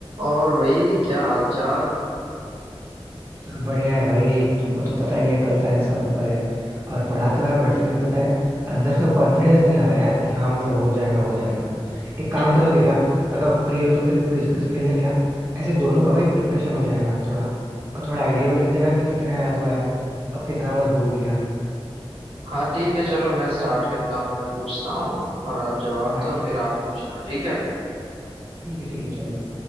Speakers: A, on the right; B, on the right.
A: और भाई क्या हालचाल
B: सब बढ़िया है भाई तुमको तो पता ही है कल साइंस का पेपर है और पढ़ा तो है बट फिर भी पता है अंदर से कॉन्फिडेंस नहीं आ रहा यार कि हाँ मतलब हो जाएगा हो जाएगा एक काम
A: <laughs>
B: करोगे क्या अगर फ्री हो तो फिर क्विज क्विज खेलने क्या ऐसे दोनों का भाई प्रिपरेशन हो जाएगा थोड़ा और थोड़ा आइडिया भी लग जाएगा कि कितना याद हुआ है अब कितना बस भूल गया
A: हाँ ठीक है चलो मैं स्टार्ट करता हूँ मैं पूछता हूँ और आप जवाब
B: हाँ
A: दो
B: ठीक
A: फिर
B: है
A: आप पूछना ठीक है
B: ठीक है ठीक है चलेगा